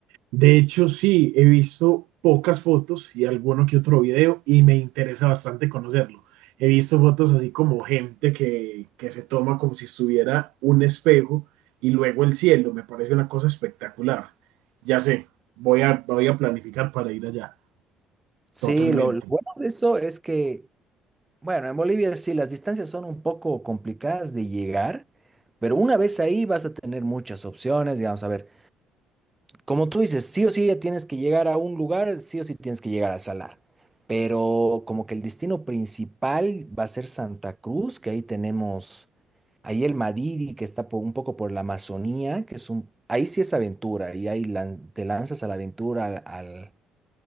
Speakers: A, on the right (about 75°); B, on the right (about 20°).
A: De hecho, sí, he visto pocas fotos y alguno que otro video y me interesa bastante conocerlo. He visto fotos así como gente que, que se toma como si estuviera un espejo y luego el cielo. Me parece una cosa espectacular. Ya sé, voy a, voy a planificar para ir allá.
B: Sí,
A: Totalmente.
B: lo, lo bueno de eso es que Bueno, en Bolivia sí, las distancias son un poco complicadas de llegar, pero una vez ahí vas a tener muchas opciones, digamos, a ver, como tú dices, sí o sí ya tienes que llegar a un lugar, sí o sí tienes que llegar a Salar, pero como que el destino principal va a ser Santa Cruz, que ahí tenemos, ahí el Madidi, que está po- un poco por la Amazonía, que es un, ahí sí es aventura, y ahí lan- te lanzas a la aventura, al,